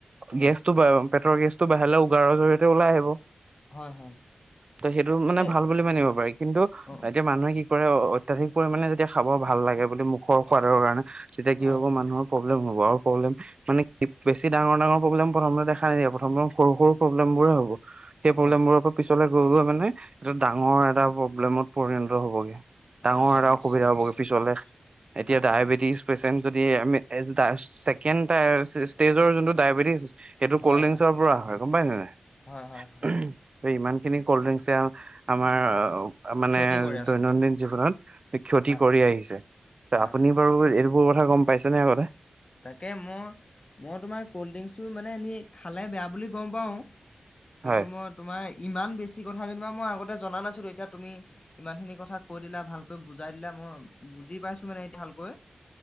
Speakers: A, on the left (about 35°); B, on the right (about 35°).
A: হয়। অ
B: গেছটো প পেটৰ গেছটো বাহিলে উগাৰৰিয়তে ওলাই আহিব।
A: হয় হয়
B: ত সেইটো মানে
A: এই
B: ভাল বুলি মানিব পাৰি কিন্তু
A: অ
B: এতিয়া মানুহে কি অত্যাধিক পৰিমানে যেতিয়া খাব ভাল লাগে বুলি মুখৰ সোৱাদৰ কাৰণে। তেতিয়া কি
A: অ হয়
B: হ'ব
A: হয়
B: মানুহক ম মানে বেছি ডাঙৰ ডাঙৰ প্ৰব্লেম প্ৰথমতে দেখা নাই আমাৰ সৰু
A: হয়
B: সৰু প্ৰব্লেমবোৰে হ'ব সেই প্ৰব্লেমবোৰৰ
A: হয়
B: পৰা পিছলৈ। গৈ গৈ মানে এটা ডাঙৰ এটা প্ৰব্লেমত পৰিণত হবগে। ডাঙৰ
A: হয় হয়
B: এটা
A: নিশ্চয়
B: অসুবিধা
A: নিশ্চয়
B: হ'বগে পিছলে এতিয়া
A: অ
B: ডায়েবেটিজ
A: অ
B: পেচেণ্ট। এই আমি ছেকেণ্ড ষ্টেজৰ যোনটো ডায়েবেটিছ এইটো
A: হয়
B: কল্ড ড্ৰিংকচৰ
A: হয়
B: পৰা হয় গম পায় ন নাই
A: হয় হয় হয়
B: ইমান খিনি কল্ড ড্ৰিংকছে আমাৰ। মানে
A: ক্ষতি কৰে আচলতে
B: দৈনন্দিন জীৱনত ক্ষতি
A: হয়
B: কৰি আহিছে ত
A: হয়
B: আপুনি
A: হয়।
B: বাৰু এই সবোৰ কথা গম পাইছে নে আগতে
A: তাকে মই মই তোমাৰ কল্ড ড্ৰিংকচটো মানে এনে খালে বেয়া বুলি গম পাও কিন্তু
B: হয়,
A: মই তোমাৰ ইমান বেছি। কথা যেনিবা মই আগতে জনা নাছিলোঁ এতিয়া তুমি ইমান খিনি কথা কৈ দিলা, ভালকৈ বুজাই দিলা, মই বুজি পাইছোঁ মানে এতিয়া ভালকৈ।